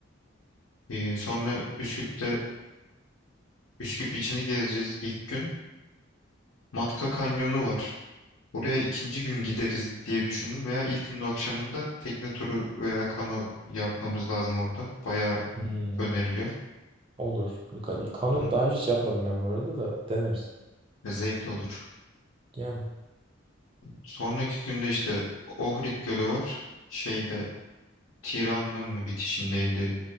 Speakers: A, on the left (about 85°); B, on the right (about 25°).
A: Ee, sonra Üsküp'te Üsküp içini gezeceğiz ilk gün. Matka Kanyonu var. Buraya ikinci gün gideriz diye düşündüm veya ilk günün akşamında tekne turu veya kano yapmamız lazım orada. Bayağı
B: Hmm,
A: öneriliyor.
B: olur. Ka- Kanı
A: Onun
B: daha önce hiç yapmadım ben bu arada da deneriz.
A: zevkli olur.
B: Yani.
A: Sonraki günde işte Ohrid Gölü var. Şeyde Tiran'ın mı bitişindeydi?